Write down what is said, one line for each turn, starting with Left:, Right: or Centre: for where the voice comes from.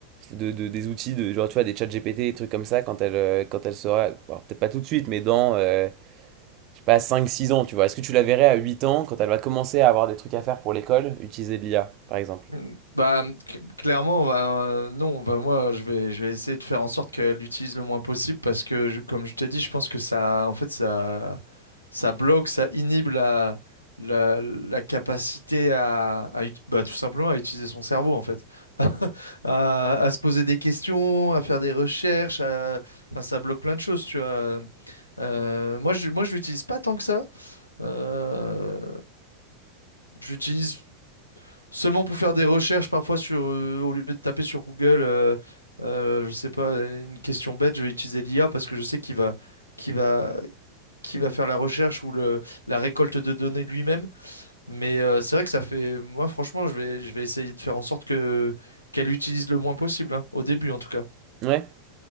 Right: de, de- des outils, de, genre, tu vois, des chats GPT, des trucs comme ça, quand elle, euh, quand elle sera, bon, peut-être pas tout de suite, mais dans euh, je sais pas, 5-6 ans, tu vois. Est-ce que tu la verrais à 8 ans quand elle va commencer à avoir des trucs à faire pour l'école, utiliser de l'IA, par exemple?
Left: Mm, Bah, mmh, cl- clairement, bah, euh, non, bah, moi, je vais, je vais essayer de faire en sorte qu'elle l'utilise le moins possible parce que, je- comme je t'ai dit, je pense que ça, en fait, ça, ça bloque, ça inhibe la, la, la capacité à, à ut- bah, tout simplement à utiliser son cerveau, en fait, <laughs> à, à se poser des questions, à faire des recherches, à- enfin, ça bloque plein de choses, tu vois. Euh, moi, je, moi, je l'utilise pas tant que ça. Euh, J'utilise Seulement pour faire des recherches parfois sur, euh, au lieu de taper sur Google, euh, euh, je sais pas, une question bête, je vais utiliser l'IA parce que je sais qu'il va, qu'il va, qu'il va faire la recherche ou le, la récolte de données lui-même. Mais euh, c'est vrai que ça fait, moi franchement, je vais, je vais essayer de faire en sorte que qu'elle utilise le moins possible, hein, au début en tout cas.
Right: Ouais.